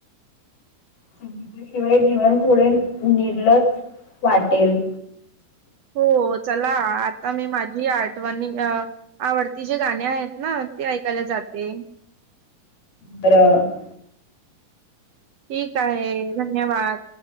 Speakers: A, on the left; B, on the right.
A: संगीताशिवाय जीवन थोडे निर्लस वाटेल
B: हो चला आता मी माझी आठवणी अं आवडती जे गाणी आहेत ना ते ऐकायला जाते.
A: तर
B: ठीक आहे धन्यवाद.